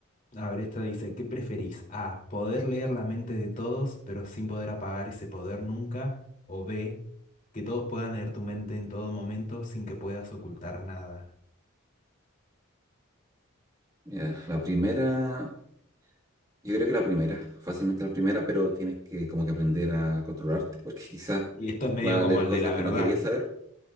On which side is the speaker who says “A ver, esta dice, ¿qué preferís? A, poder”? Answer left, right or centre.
Left